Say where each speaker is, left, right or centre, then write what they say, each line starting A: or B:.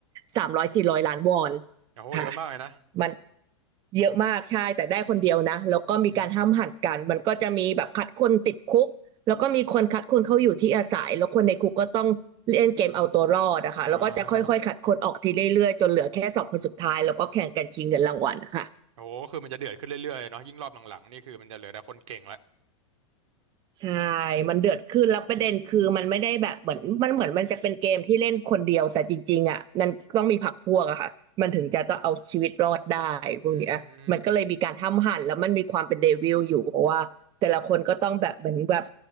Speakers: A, on the right (about 25°); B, on the right (about 70°).
A: สามร้อยสี่ร้อยล้านวอน
B: โอ้เยอะมากเลยนะ
A: ค่ะมันเยอะมากใช่แต่ได้คนเดียวนะแล้วก็มีการห้ามหันกันมันก็จะมีแบบคัดคนติดคุก
B: อืม
A: แล้วก็มีคนคัดคนเข้าอยู่ที่อาศัยแล้วคนในคุกก็ต้องเล่นเกมเอาตัวรอดนะคะแล้วก็จะค่อยๆคัดคนออกทีเรื่อยๆจนเหลือแค่สองคนสุดท้ายแล้วก็แข่งกันชิงเงินรางวัลนะคะ
B: อ่าโอ้คือมันจะเดือดขึ้นเรื่อยๆเนาะยิ่งรอบหลังๆนี่คือมันจะเหลือแต่คนเก่งละ
A: ใช่ มันเดือดขึ้นแล้วประเด็นคือ มันไม่ได้แบบเหมือนมันเหมือนมันจะเป็นเกมที่เล่นคนเดียวแต่จริงๆอ่ะมันต้องมีพรรคพวกอะค่ะมันถึงจะต้องเอาชีวิตรอดได้พวกเนี้ยมันก็เลยมีการทำหั่นแล้วมันมีความเป็นเดวิลอยู่เพราะว่าแต่ละคนก็ต้องแบบเหมือนแบบ
B: อืม